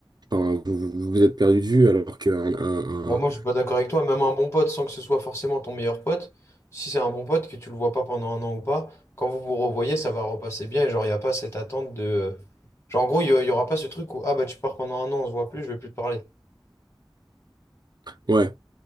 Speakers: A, on the right; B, on the left.
A: enfin, vous, vous vous êtes perdu de vue, alors que un, un-
B: Ouais,
A: un-
B: moi, je suis pas d'accord avec toi. Même un bon pote, sans que ce soit forcément ton meilleur pote, si c'est un bon pote, que tu le vois pas pendant un an ou pas, quand vous vous revoyez, ça va repasser bien. Et genre, il n'y a pas cette attente de. Genre, en gros, il y y aura pas ce truc où, ah bah, tu pars pendant un an, on se voit plus, je vais plus te parler.
A: Ouais,